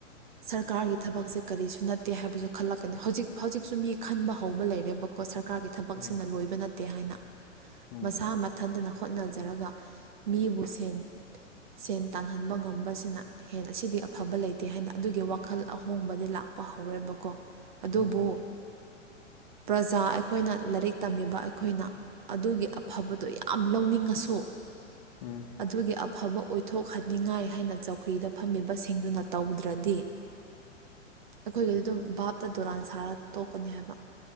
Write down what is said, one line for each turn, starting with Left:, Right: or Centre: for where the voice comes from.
Right: ꯁꯔꯀꯥꯔꯒꯤ ꯊꯕꯛꯁꯦ ꯀꯔꯤꯁꯨ ꯅꯠꯇꯦ ꯍꯥꯏꯕꯁꯨ ꯈꯜꯂꯛꯀꯅꯤ ꯍꯧꯖꯤꯛ ꯍꯧꯖꯤꯛꯁꯨ ꯃꯤ ꯈꯟꯕ ꯍꯧꯕ ꯂꯩꯔꯦꯕ ꯀꯣ ꯁꯔꯀꯥꯔꯒꯤ ꯊꯕꯛꯁꯤꯅ
Left: ꯎꯝ
Right: ꯂꯣꯏꯕ ꯅꯠꯇꯦ ꯍꯥꯏꯅ
Left: ꯎꯝ
Right: ꯃꯁꯥ ꯃꯠ__ ꯊꯟꯗꯅ ꯍꯣꯠꯅꯖꯔꯒ ꯃꯤꯕꯨ ꯁꯦꯟ ꯁꯦꯟ ꯇꯥꯟꯍꯟꯕ ꯉꯝꯕꯁꯤꯅ ꯍꯦꯟꯅ ꯑꯁꯤꯗꯤ ꯑꯐꯕ ꯂꯩꯇꯦ ꯍꯥꯏꯅ ꯑꯗꯨꯒꯤ ꯋꯥꯈꯜ ꯑꯍꯣꯡꯕꯗꯤ ꯂꯥꯛꯄ ꯍꯧꯔꯦꯕꯀꯣ ꯑꯗꯨꯕꯨ
Left: ꯎꯝ
Right: ꯄ꯭ꯔꯖꯥ ꯑꯩꯈꯣꯏꯅ ꯂꯥꯏꯔꯤꯛ ꯇꯝꯃꯤꯕ ꯑꯩꯈꯣꯏꯅ ꯑꯗꯨꯒꯤ ꯑꯐꯕꯗꯣ ꯌꯥꯝ ꯂꯧꯅꯤꯡꯉꯁꯨ
Left: ꯎꯝ
Right: ꯑꯗꯨꯒꯤ ꯑꯐꯕ ꯑꯣꯏꯊꯣꯛꯍꯅꯤꯡꯉꯥꯏ ꯍꯥꯏꯅ ꯆꯧꯀ꯭ꯔꯤꯗ ꯐꯝꯃꯤꯕꯁꯤꯡꯗꯨꯅ ꯇꯧꯗ꯭ꯔꯗꯤ
Left: <inaudible>
Right: ꯑꯩꯈꯣꯏꯒꯗꯤ ꯑꯗꯨꯝ ꯚꯥꯞꯇ ꯗꯗꯨꯔꯥꯟ ꯁꯥꯔ ꯇꯣꯛꯀꯅꯤ ꯍꯥꯏꯕ